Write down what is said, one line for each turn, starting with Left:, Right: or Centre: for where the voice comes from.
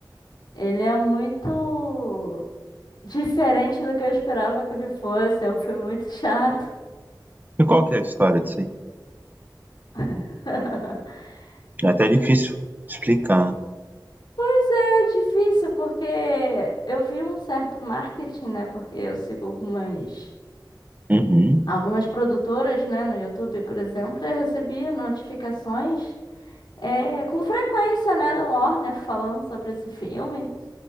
Left: Ele é muito diferente do que eu esperava que ele fosse. É um filme muito chato.
Right: E qual que é a história disso aí?
Left: <laughs>
Right: É até
Left: E-
Right: difícil explicar.
Left: Pois é, difícil, porque eu vi um certo marketing, né? Porque eu sigo algumas,
Right: Uhum,
Left: algumas produtoras, né? No YouTube, por exemplo, eu recebia notificações é, com frequência, né? Da Warner falando sobre esse filme.